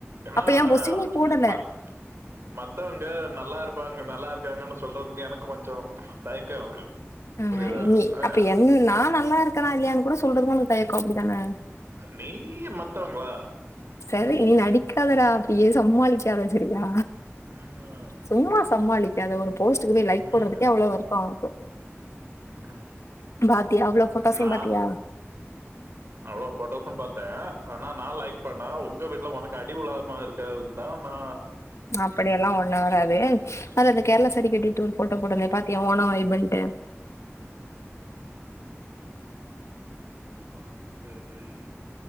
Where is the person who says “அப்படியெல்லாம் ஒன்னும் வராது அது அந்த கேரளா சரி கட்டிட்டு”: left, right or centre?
Left